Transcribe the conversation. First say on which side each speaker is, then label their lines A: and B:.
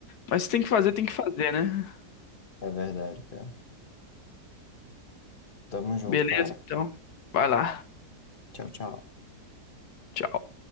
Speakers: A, on the left (about 70°); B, on the left (about 40°).
A: Mas se tem que fazer, tem que fazer, né?
B: É verdade, cara. Tamo junto,
A: Beleza,
B: cara.
A: então. Vai lá.
B: Tchau, tchau.
A: Tchau.